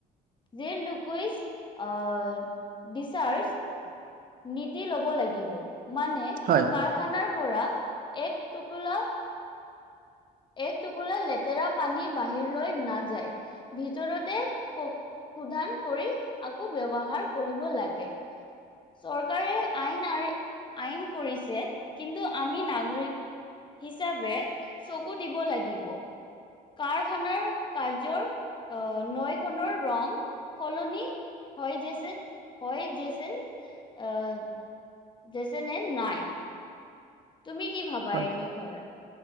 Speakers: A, on the left; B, on the right.
A: জিৰ লুকুইজ আ ডিচাৰ্জ
B: <inaudible>
A: নীতি লব লাগিব, মানে
B: হয়
A: কাৰখানাৰ পৰা এক টোপোলা এক টোপোলা লেতেৰা পানী বাহিৰ লৈ নাযায় ভিতৰতে স শুধান কৰি আকৌ ব্যৱহাৰ কৰিব লাগে। চৰকাৰে আইন আঁৰি আইন কৰিছে, কিন্তু আমি নাগৰিক হিচাবে চকু দিব লাগিব। কাৰখানাৰ কাৰ্যৰ অ নৈখনৰ ৰং সলনি হয় যেচেন হয় যেচেন অহ। যেচনেন নাই, তুমি কি ভাবা
B: হয়
A: এই বিষয়ত?